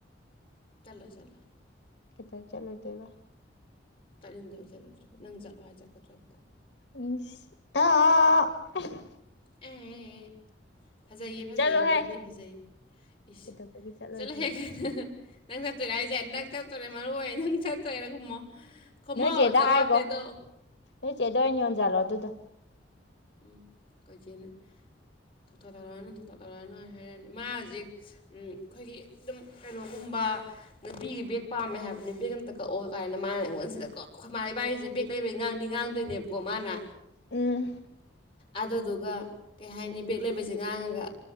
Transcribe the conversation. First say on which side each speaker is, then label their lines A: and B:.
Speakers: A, on the left; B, on the left.
A: ꯆꯠꯂꯣꯢ ꯆꯠꯂꯣꯢ
B: ꯀꯩꯗꯧ ꯆꯠꯂꯣꯏꯗꯣꯏꯕ
A: ꯆꯠꯅꯤꯡꯗꯕꯩ ꯆꯠꯂꯣꯏꯗ꯭ꯔꯤꯕ ꯅꯪ ꯆꯠꯂꯣ ꯍꯥꯏꯔ ꯆꯠꯀꯗ꯭ꯔꯣ ꯍꯦꯛꯇ
B: ꯑꯁ ꯇꯥ <unintelligible>
A: ꯑꯦ ꯐꯖꯩꯌꯦ ꯐꯖꯩꯌꯦ
B: ꯆꯠꯂꯣꯍꯦ
A: ꯕꯦꯒꯇꯤ ꯐꯖꯩꯌꯦ ꯏꯁ
B: ꯀꯩꯗꯧꯕꯒꯤ ꯆꯠꯂꯣꯏꯗ꯭ꯔꯤꯅꯣ
A: ꯆꯠꯂꯣꯍꯦ ꯅꯪ ꯆꯠꯇꯣꯏꯔꯥ ꯍꯥꯏꯁꯦ ꯅꯪ ꯆꯠꯇꯣꯏꯔꯥ ꯃꯔꯨ ꯑꯣꯏ ꯅꯪ ꯆꯠꯇꯣꯏꯔꯥ ꯈꯨꯝꯃꯣ ꯈꯨꯝꯃꯣ
B: ꯅꯣꯏ ꯆꯦꯗ
A: ꯖꯋꯥꯕꯗꯦꯗꯣ
B: ꯍꯥꯏꯈꯣ ꯅꯣꯏ ꯆꯦꯗ ꯑꯣꯏꯅ ꯌꯣꯟꯖꯜꯂꯣ ꯑꯗꯨꯗꯣ
A: ꯎꯝ ꯈꯣꯏ ꯆꯦꯅ ꯊꯣꯛ ꯇꯧꯔꯛꯑꯅꯨ ꯊꯣꯛ ꯊꯥꯛ ꯇꯧꯔꯛꯑꯅꯨ ꯍꯥꯏꯔꯛꯑꯅꯤ ꯃꯥ ꯍꯧꯖꯤꯛ ꯎꯝ ꯑꯩꯈꯣꯏꯒꯤ ꯑꯗꯨꯝ ꯀꯩꯅꯣꯒꯨꯝꯕ ꯅꯨꯄꯤꯒꯤ ꯕꯦꯒ ꯄꯥꯝꯃꯦ ꯍꯥꯏꯕꯅꯤ ꯕꯒ ꯑꯝꯇ ꯀꯛꯑꯣ ꯀꯥꯏꯅ ꯃꯥꯅ ꯑꯩꯉꯣꯟꯁꯤꯗ ꯀꯣ ꯑꯈꯣꯏ ꯃꯥ ꯏꯕꯥꯅꯤꯁꯤꯗ ꯕꯦꯒ ꯂꯩꯩꯕꯩ ꯉꯥꯡꯗꯤ ꯉꯥꯡꯗꯣꯏꯅꯦꯕꯀꯣ ꯃꯥꯅ
B: ꯎꯝ
A: ꯑꯗꯨꯗꯨꯒ ꯀꯩ ꯍꯥꯏꯅꯤ ꯕꯦꯒ ꯂꯩꯕꯩꯁꯦ ꯉꯥꯡꯉꯒ